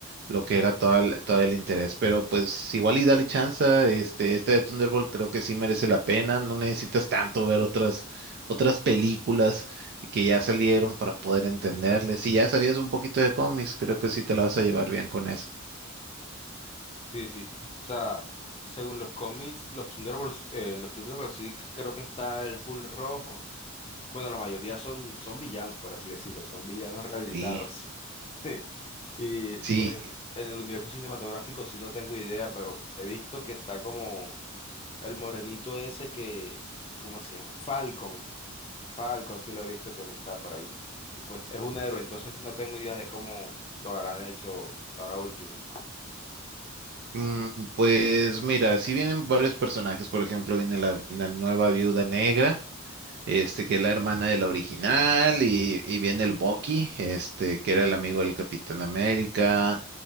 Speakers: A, on the right (about 50°); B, on the left (about 30°).
A: lo que era todo el, todo el interés. Pero, pues, igual y dale chance, este, este de Thunderbolt creo que sí merece la pena. No necesitas tanto ver otras, otras películas que ya salieron para poder entenderles. Si ya sabías un poquito de cómics, creo que sí te la vas a llevar bien con eso.
B: Sí, sí. O sea, según los cómics, los Thunderbolts, eh, en los Thunderbolts sí creo que está el Hulk rojo. Bueno, la mayoría son, son villanos, por así decirlo, son villanos rehabilitados.
A: Y
B: <laughs> Y
A: sí,
B: pues en el universo cinematográfico sí no tengo idea, pero he visto que está como El morenito ese que, ¿cómo se llama? Falcon. Falcon, sí lo he visto que él está por ahí. Y pues es un héroe, entonces no tengo idea de cómo lo habrán hecho ahora último.
A: Mm, Pues mira, si vienen varios personajes, por ejemplo, viene la, la nueva viuda negra, este, que es la hermana de la original, y, y viene el Bucky, este, que era el amigo del Capitán América,